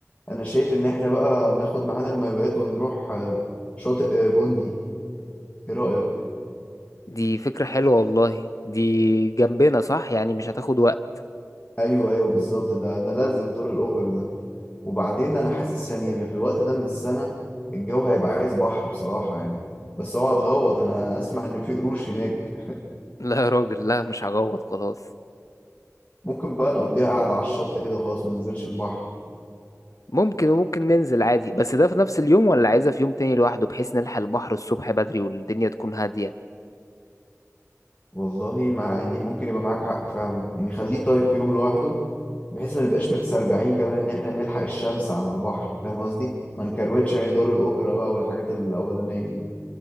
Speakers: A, on the left; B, on the left.
A: انا شايف ان احنا بقى ناخد معانا المايوهات ونروح آه، شاطئ آه، بوندي ايه رايك
B: دي فكرة حلوة والله دي جنبنا صح يعني مش هتاخد وقت
A: ايوه ايوه بالظبط ده ده لازق في دور الاوبرا ده وبعدين انا حاسس يعني في الوقت ده من السنه الجو هيبقى عايز بحر بصراحه يعني بس اوعى تغوط انا اسمع ان في قروش هناك
B: <laughs> لا يا راجل لا مش هجوط خلاص
A: ممكن بقى نقضيها قاعده على الشط كده وخلاص ما ننزلش البحر
B: ممكن وممكن ننزل عادي بس ده في نفس اليوم ولا عايزة في يوم تاني لوحده بحيث نلحق البحر الصبح بدري والدنيا تكون هادية
A: والله مع يعني ممكن يبقى معاك حق فعلا يعني خليه طيب في يوم لوحده بحيث ما نبقاش متسربعين كمان ان احنا نلحق الشمس على البحر فاهم قصدي ما نكروتش يعني دار الاوبرا بقى والحاجات الاولانيه دي